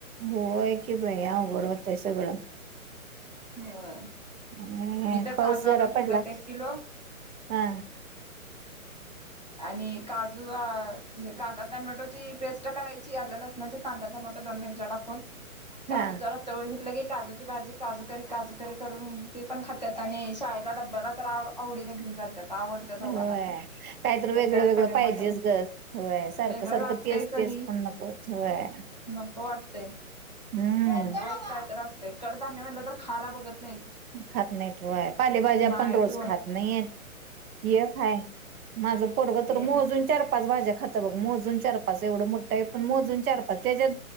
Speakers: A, on the right; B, on the left.
A: होय की बाई, अवघड होतय सगळं.
B: होय.
A: हम्म
B: मी तर
A: पाऊस
B: काजू
A: जरा
B: आणून ठेवलेत,
A: पडला
B: एक किलो.
A: हा
B: आणि काजू, कांदा, टोमॅटोची पेस्ट करायची आलं, लसूण म्हणजे कांदा, टमाटा, दोन मिरच्या टाकून
A: हा
B: काजू जरा तळून घेतलं की काजूची भाजी काजूकरी काजूकरी करून ते पण खात्यात आणि शाळेला डब्याला आवडीने घेऊन जात्यात. आवडत्या दोघांना
A: होय,
B: पण
A: काहीतरी वेगळ.
B: तर त्यात
A: वेगळं वेगळं
B: पनीर
A: पाहिजेच
B: मसाला
A: गं होय, सारखं
B: वेगळं
A: सारखं
B: लागतयच
A: तेच
B: आणि
A: तेच पण नको होय.
B: नको वाटतय
A: हम्म
B: काय तर असतंय, कडधान्य म्हणलं तर खायला बघत नाहीत.
A: खात नाहीत होय, पालेभाज्या
B: नाहीत
A: पण रोज
B: ओ
A: खात नाहीत एक हाय. माझं पोरग तर
B: ते
A: मोजून चार -पाच भाज्या खातं बघ मोजून चार-पाच. माझ एवढं मोठा आहे, पण मोजून चार -पाच त्याच्या